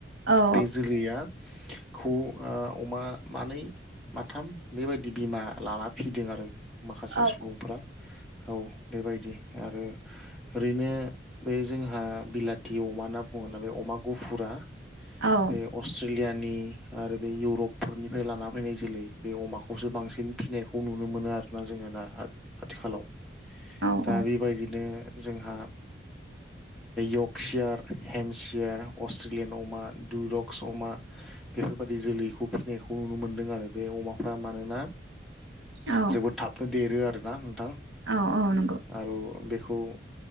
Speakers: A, on the right (about 80°); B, in the centre.
A: औ
B: बे जोलैयाखौ ओ अमा मानै माथाम बेबायदि बिमा लाना फिदों आरो माखासे
A: औ
B: सुबुंफ्रा। औ बेबायदि आरो ओरैनो बे जोंहा बिलाथि अमा होना बुं मोनना बे अमा गुफुरा
A: औ
B: बे अस्ट्रेलियानि आरो बे इउरपफोरनिफ्राय लाना फैनाय जोलै बे अमाखौसो बांसिन फिनायखौ नुनो मोनो आरोना जों जोङो दा आथिखालाव
A: औ
B: दा बेबायदिनो जोंहा यकसियार हेमसियार अस्ट्रेलियान अमा दुरक्स अमा बेफोरबादि जोलैखौ फिसिनायखौ नुनो मोनदों आरो बे अमा फारम आरो ना।
A: <inaudible> औ
B: जोबोद थाबनो देरो आरोना नोंथां
A: औ औ नंगौ
B: आरो बेखौ